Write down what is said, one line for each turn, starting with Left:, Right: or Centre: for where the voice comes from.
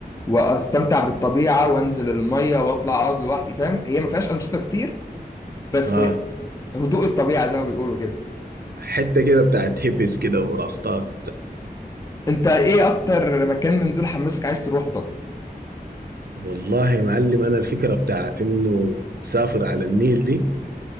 Left: واستمتع بالطبيعه وانزل الميه واطلع اقعد لوحدي فاهم هي ما فيهاش انشطه كتير بس
Right: اه
Left: هدوء الطبيعه زي ما بيقولوا كده
Right: حتة كده بتاعت هيبس كده وراستات
Left: انت ايه اكتر مكان من دول حماسك عايز تروحه طب
Right: والله يا معلم انا الفكره بتاعت انه سافر على النيل دي